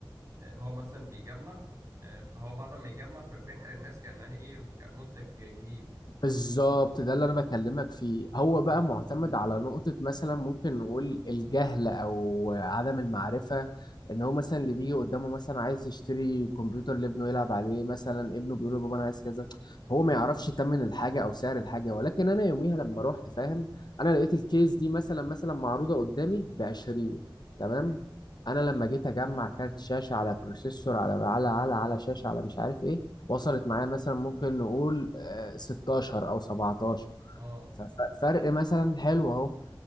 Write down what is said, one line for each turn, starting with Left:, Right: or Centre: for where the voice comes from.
Right: آه، هو مثلا بيجمع آه، فهو بعد ما يجمع فبيبيعها للناس كانها ايه كمنتج جديد
Left: بالظبط ده اللي انا بكلمك فيه هو بقى
Right: امم
Left: معتمد على نقطة مثلا ممكن نقول الجهل او عدم المعرفة ان هو مثلا اللي بيجي قدامه مثلا عايز يشتري كمبيوتر لابنه يلعب عليه مثلا ابنه بيقول له بابا انا عايز كذا هو ما يعرفش تمن الحاجة او سعر الحاجة ولكن انا يوميها لما رحت فاهم انا لقيت الكيس دي مثلا مثلا معروضة قدامي ب 20 تمام
Right: امم
Left: انا لما جيت اجمع كارت شاشة على بروسيسور على على على على شاشة على مش عارف ايه وصلت معايا مثلا ممكن نقول آه، 16 او 17
Right: اه
Left: ف- ف- فرق مثلا حلو اهو